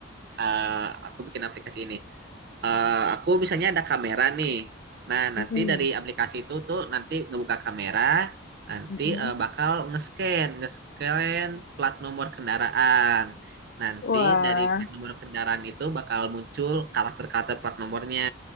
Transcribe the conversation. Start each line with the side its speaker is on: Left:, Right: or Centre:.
Right: eh, aku bikin aplikasi ini eh, aku misalnya ada kamera nih. Nah,
Left: Mm-mm,
Right: nanti dari aplikasi itu tuh nanti ngebuka kamera, nanti
Left: mm-mm.
Right: eh, bakal nge-scan, nge-scan plat nomor kendaraan. Nanti
Left: Wah,
Right: dari plat nomor kendaraan itu bakal muncul karakter-karakter plat nomornya.